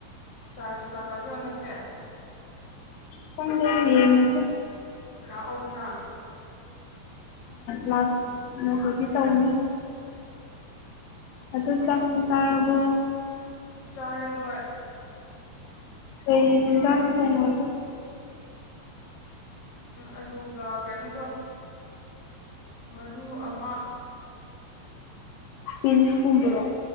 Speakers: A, on the left; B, on the left.
A: ꯆꯥꯔꯖ ꯂꯥꯛꯀꯗ꯭ꯔꯣ ꯅꯪꯁꯦ
B: ꯄꯨꯡꯁ ꯌꯦꯡꯉꯁꯦ
A: ꯂꯥꯛꯑꯣꯗꯨꯅ
B: ꯂꯥꯛꯅꯕꯨꯗꯤ ꯇꯧꯅꯤ ꯑꯗꯨ
A: ꯂꯥꯛꯑꯣ
B: ꯆꯥꯛꯇꯤ ꯆꯥꯔꯕꯣ
A: ꯆꯥꯔꯦ ꯍꯣꯏ
B: ꯑꯩ ꯆꯝ ꯐꯣꯟꯗꯨ
A: ꯑꯂꯨꯒ ꯀꯩꯅꯣꯗꯣ ꯃꯔꯨ ꯑꯃ
B: ꯕꯤꯟꯁꯀꯨꯝꯕꯔꯣ
A: ꯕ꯭ꯂꯦꯛ